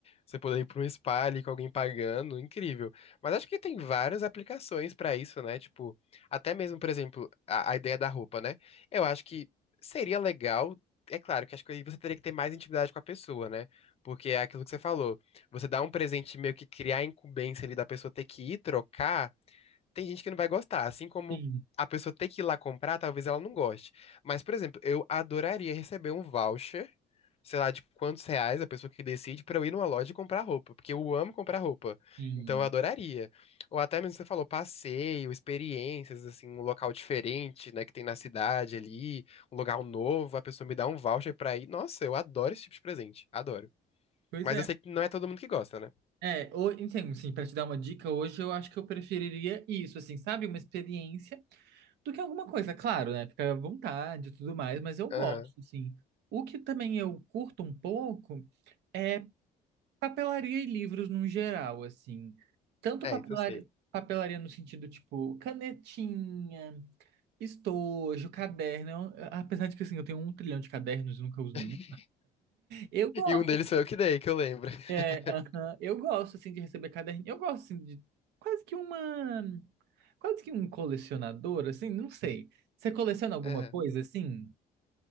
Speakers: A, on the left (about 35°); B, on the right (about 80°).
A: Você poder ir para um spa ali com alguém pagando, incrível. Mas acho que tem várias aplicações para isso, né? Tipo, até mesmo, por exemplo, a, a ideia da roupa, né? Eu acho que seria legal. É claro que acho que aí você teria que ter mais intimidade com a pessoa, né? Porque é aquilo que você falou. Você dá um presente e meio que criar a incumbência ali da pessoa ter que ir trocar tem gente que não vai gostar, assim como
B: sim,
A: a pessoa ter que ir lá comprar, talvez ela não goste. Mas, por exemplo, eu adoraria receber um voucher, sei lá, de quantos reais a pessoa que decide pra eu ir numa loja e comprar roupa, porque eu amo comprar roupa.
B: sim.
A: Então eu adoraria. Ou até mesmo você falou passeio, experiências, assim, um local diferente, né, que tem na cidade ali, um lugar novo, a pessoa me dá um voucher pra ir. Nossa, eu adoro esse tipo de presente, adoro.
B: Pois
A: Mas
B: é,
A: eu sei que não é todo mundo que gosta, né?
B: É, ho- então, assim, para te dar uma dica, hoje eu acho que eu preferiria isso, assim, sabe? Uma experiência do que alguma coisa, claro, né? Fica à vontade e tudo mais, mas eu gosto,
A: Aham.
B: assim. O que também eu curto um pouco é papelaria e livros no geral, assim. Tanto
A: É,
B: papelaria,
A: isso eu sei.
B: papelaria no sentido, tipo, canetinha, estojo, caderno. Eu- Apesar de que, assim, eu tenho um trilhão de cadernos e nunca uso
A: <laughs>
B: nenhum. Eu gosto.
A: E um deles foi eu que dei, que eu lembro. <laughs>
B: É, aham. Eu gosto, assim, de receber caderninho. Eu gosto, assim, de quase que uma... Quase que um colecionador, assim, não sei. Você coleciona alguma
A: É.
B: coisa, assim?